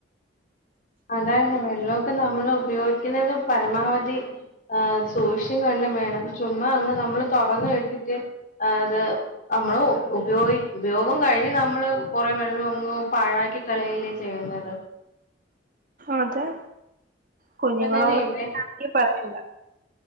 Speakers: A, on the left (about 45°); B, on the right (about 50°).
A: അതാണ് വെള്ളമൊക്കെ നമ്മൾ ഉപയോഗിക്കുന്നത് പരമാവധി ആ സൂക്ഷിച്ചും കണ്ടും വേണം ചുമ്മാ അങ്ങ് നമ്മള് തുറന്ന് വിട്ടിട്ട് അത് നമ്മള് ഉപയോഗി ഉപയോഗം കഴിഞ്ഞ് നമ്മള് കൊറെ വെള്ളം അങ്ങ് പാഴാക്കി കളയല്ലേ ചെയ്യുന്ന അതെ
B: അതെ കുഞ്ഞുങ്ങളുള്ള
A: ഇപ്പൊ തന്നെ ഇവിടെ
B: വീട് ആണെങ്കിൽ പറയണ്ട